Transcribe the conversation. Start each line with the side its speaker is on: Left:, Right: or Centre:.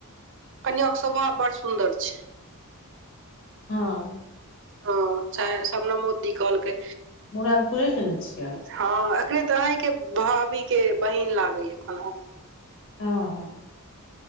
Right: कनिया के स्वभाव बड़ सुंदर छै
Left: हाँ
Right: हँ चाहे सबनमो दी कहलकै
Left: पुरा थोड़े खेने छियै
Right: हँ एखने तऽ अहींके भाभी के बहिन लागैया कोनो
Left: हँ हाँ